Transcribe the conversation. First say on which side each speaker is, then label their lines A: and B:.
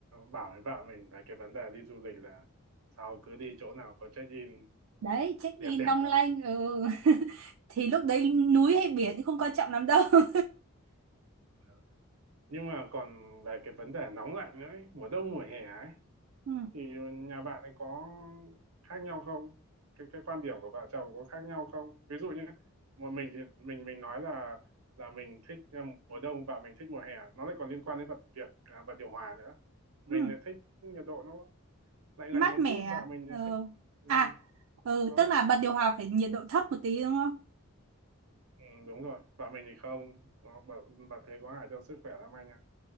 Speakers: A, on the right (about 85°); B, on the right (about 65°).
A: bảo với vợ mình về cái vấn đề đi du lịch là sau cứ đi chỗ nào có check in
B: đấy check
A: đẹp
B: in
A: đẹp
B: long
A: lắm
B: lanh ừ. <laughs> thì lúc đấy núi hay biển cũng không quan trọng lắm đâu <laughs>
A: Ờ. nhưng mà còn về cái vấn đề nóng lạnh nữa ấy, mùa đông mùa hè ấy
B: ừ.
A: thì nhà bạn ấy có khác nhau không cái cái quan điểm của vợ chồng có khác nhau không ví dụ như một mình thì mình mình nói là là mình thích à, mùa đông và mình thích mùa hè nó lại còn liên quan đến vật việc à, và điều hòa nữa mình
B: Ừ.
A: lại thích nhiệt độ nó lạnh
B: mát
A: lạnh một
B: mẻ
A: chút và mình
B: ừ.
A: lại thích ừ,
B: à ừ,
A: nó
B: tức
A: lại
B: là bật điều hòa phải nhiệt độ thấp một tí đúng không
A: ừ, đúng rồi vợ mình thì không có vợ, vợ thế có hại cho sức khỏe lắm anh ạ